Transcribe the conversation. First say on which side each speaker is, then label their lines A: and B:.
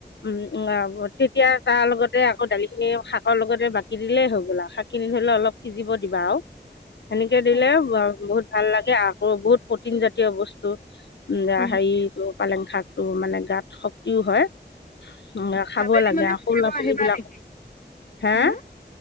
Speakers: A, on the left; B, on the left.
A: উম উ তেতিয়া তাৰ লগতে আকৌ দালি খিনি শাকৰ লগতে বাকি দিলেই হৈ গ'ল আৰু শাক কিনি ধৰিলেও অলপ সিজিব দিবা আৰু সেনেকে দিলে
B: অ
A: বহুত ভাল লাগে আকৌ বহুত প্ৰটিন জাতীয় বস্তু উম
B: উম,
A: হেৰিটো পালেং শাক টো মানে গাত শক্তিও হয় উম, খাব
B: আবেলি
A: লাগে
B: মানে
A: আৰু
B: ফুৰিব
A: সৰু ল'ৰা ছোৱালীবিলাকক
B: আহিবা নেকি
A: হে
B: হম